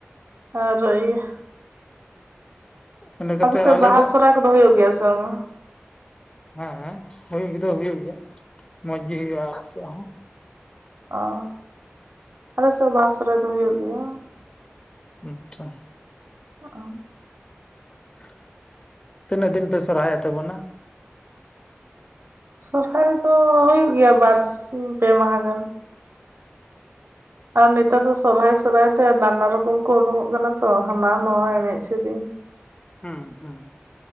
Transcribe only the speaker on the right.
ᱟᱨ ᱤᱭᱟᱹ
ᱟᱯᱮ
ᱥᱮᱫ ᱵᱟᱦᱟ ᱥᱚᱦᱨᱟᱭ ᱠᱚ ᱫᱚ ᱦᱩᱭᱩᱜ ᱜᱮᱭᱟ ᱥᱮ ᱵᱟᱝᱟ?
ᱚ᱾ᱺ <inaudible> ᱟᱞᱮᱥᱮᱫ ᱦᱚ ᱵᱟᱦᱟ ᱥᱚᱦᱨᱟᱭ ᱫᱚ ᱦᱩᱭᱩᱜ ᱜᱮᱭᱟ ᱾
ᱚ ᱾
ᱥᱚᱨᱦᱟᱭ ᱫᱚ ᱦᱩᱭᱩᱜ ᱜᱮᱭᱟ ᱵᱟᱨ ᱥᱤᱧ ᱯᱮ ᱢᱟᱦᱟ ᱜᱟᱱ ᱾ ᱟᱨ ᱱᱮᱛᱟᱨ ᱫᱚ ᱥᱚᱨᱦᱟᱭ ᱥᱚᱨᱦᱟᱭ ᱛᱮ ᱱᱟᱱᱟ ᱨᱚᱠᱚᱢ ᱠᱚ ᱩᱰᱩᱠᱚᱜ ᱠᱟᱱᱟ ᱛᱚ ᱦᱟᱱᱟ ᱱᱟᱣᱟ ᱮᱱᱮᱡ ᱥᱮᱨᱮᱧ ᱾